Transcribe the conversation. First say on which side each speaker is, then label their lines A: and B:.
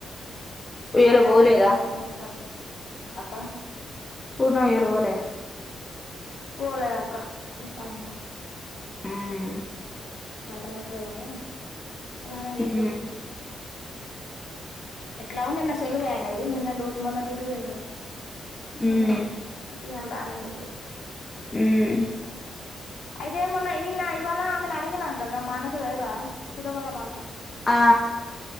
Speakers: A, on the left; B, on the left.
A: ఇయ్యాల
B: పనేండు
A: పోలేదా
B: అయింది పండుకునే సరీకి అక్క
A: పూర్ణ ఇయ్యాల బోలే
B: పోలేద అక్క ఇంటికాడనే ఉన్న
A: ఉమ్
B: చతనైతలేదంటే రానాని చెపిర్రు
A: ఉమ్
B: ఎట్లాగో నిన్న సెలవు అయనది నిన్న డ్యూటీ మొన్న డ్యూటీకి పోయిండు కదా
A: ఉమ్
B: నిను ఉన్నాను ఈయాళ బానని చెప్పిండు
A: హుమ్
B: అయితే మొన్న ఇ ఇవవాళ ఆమెనీ అడిగిన కదా మానస లేద సుధ వల మానస
A: ఆ